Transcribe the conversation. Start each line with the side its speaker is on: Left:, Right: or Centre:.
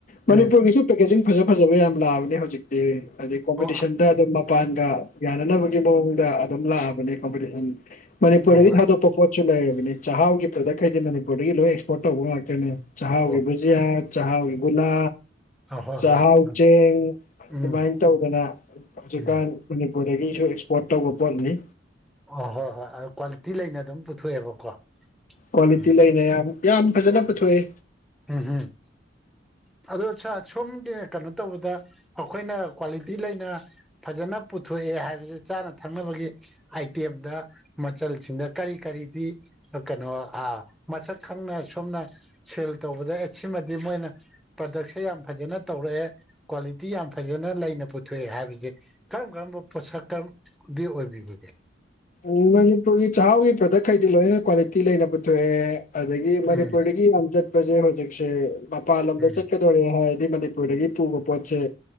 Left: ꯃꯅꯤꯄꯨꯔꯒꯤꯁꯨ
Centre: ꯎꯝ
Left: ꯄꯦꯀꯦꯖꯤꯡ ꯐꯖ ꯐꯖꯕ ꯌꯥꯝ ꯂꯥꯛꯑꯕꯅꯤ ꯍꯧꯖꯤꯛꯇꯤ ꯑꯗꯩ ꯀꯣꯝꯄꯤꯇꯤꯁꯟꯗ
Centre: ꯑꯣ
Left: ꯑꯗꯨꯝ ꯃꯄꯥꯟꯒ ꯌꯥꯅꯅꯕꯒꯤ ꯃꯑꯣꯡꯗ ꯑꯗꯨꯝ ꯂꯥꯛꯑꯕꯅꯦ ꯀꯝꯄꯤꯇꯤꯁꯟ ꯃꯅꯤꯄꯨꯔꯗꯒꯤ
Centre: ꯑꯣ
Left: ꯊꯥꯗꯣꯛꯄ ꯄꯣꯠꯁꯨ ꯂꯩꯔꯕꯅꯤ ꯆꯥꯛꯍꯥꯎꯒꯤ ꯄ꯭ꯔꯗꯛꯈꯩꯗꯤ ꯃꯅꯤꯄꯨꯔꯗꯒꯤ ꯂꯣꯏ ꯑꯦꯛꯁꯄꯣꯔꯠ ꯇꯧꯕ ꯉꯥꯛꯇꯅꯦ ꯆꯥꯛꯍꯥꯎꯒꯤ
Centre: ꯑꯣ
Left: ꯕꯨꯖꯤꯌꯥ ꯆꯥꯛꯍꯥꯎꯒꯤ ꯒꯨꯂꯥ
Centre: ꯑꯍꯣꯏ
Left: ꯆꯍꯥꯎ
Centre: ꯍꯣꯏ ꯍꯣꯏ ꯎꯝ
Left: ꯆꯦꯡ ꯑꯗꯨꯃꯥꯏꯅ
Centre: ꯎꯝ
Left: ꯇꯧꯗꯅ ꯍꯧꯖꯤꯛꯀꯥꯟ
Centre: ꯎꯝ
Left: ꯄꯨꯔꯗꯒꯤꯁꯨ ꯑꯦꯛꯁꯄꯣꯔꯠ ꯇꯧꯕ ꯄꯣꯠꯅꯤ
Centre: ꯑꯣ ꯍꯣꯏ ꯍꯣꯏ ꯑ ꯀ꯭ꯋꯥꯂꯤꯇꯤ ꯂꯩꯅ ꯑꯗꯨꯝ ꯄꯨꯊꯣꯛꯑꯦꯕꯀꯣ
Left: ꯀ꯭ꯋꯥꯂꯤꯇꯤ
Centre: ꯎꯝ
Left: ꯂꯩꯅ ꯌꯥꯝ ꯌꯥꯝ ꯐꯖꯅ ꯄꯨꯊꯣꯛꯑꯦ
Centre: ꯎꯝ ꯍꯝ ꯑꯗꯣ ꯁꯥꯔ ꯁꯣꯝꯒꯤ ꯀꯩꯅꯣ ꯇꯧꯕꯗ ꯑꯩꯈꯣꯏꯅ ꯀ꯭ꯋꯥꯂꯤꯇꯤ ꯂꯩꯅ ꯐꯖꯅ ꯄꯨꯊꯣꯛ ꯊꯣꯛꯑꯦ ꯍꯥꯏꯕꯁ ꯆꯥꯅ ꯊꯛꯅꯕꯒꯤ ꯑꯥꯏꯇꯦꯝꯗ ꯃꯆꯜꯁꯤꯡꯗ ꯀꯔꯤ ꯀꯔꯤꯗꯤ ꯀꯩꯅꯣ ꯃꯁꯛ ꯈꯪꯅ ꯁꯣꯝꯅ ꯁꯤꯜ ꯇꯧꯕꯗ ꯑꯦ ꯁꯤꯃꯗꯤ ꯃꯣꯏꯅ ꯄ꯭ꯔꯥꯗꯛꯁꯦ ꯌꯥꯝ ꯐꯖꯅ ꯇꯧꯔꯛꯑꯦ ꯀ꯭ꯋꯥꯂꯤꯇꯤ ꯌꯥꯝ ꯐꯩꯌꯦ ꯂꯩꯅꯩ ꯄꯨꯊꯣꯛꯑꯦ ꯍꯥꯏꯕꯁꯦ ꯀꯔꯝ ꯀꯔꯝꯕ ꯄꯣꯠꯁꯛ ꯀꯔꯝ ꯗꯤ ꯑꯣꯏꯕꯤꯕꯒꯦ
Left: ꯎꯝ ꯃꯅꯤꯄꯨꯔꯒꯤ ꯆꯥꯛꯍꯥꯎꯒꯤ ꯄ꯭ꯔꯗꯛꯈꯩꯗꯤ ꯂꯣꯏꯅ ꯀ꯭ꯋꯥꯂꯤꯇꯤ ꯂꯩꯅꯕ ꯄꯨꯊꯣꯛꯑꯦ ꯑꯗꯒꯤ ꯃꯅꯤꯄꯨꯔꯗꯒꯤ
Centre: ꯎꯝ
Left: ꯌꯥꯝ ꯆꯠꯄꯁꯦ ꯍꯧꯖꯤꯛꯁꯦ ꯃꯄꯥꯟ ꯂꯝꯗ
Centre: ꯎꯝ
Left: ꯆꯠꯀꯗꯣꯔꯦ ꯍꯥꯏ ꯃꯗꯤ ꯄꯔꯗꯒꯤ ꯄꯨꯒꯄꯣꯆꯦ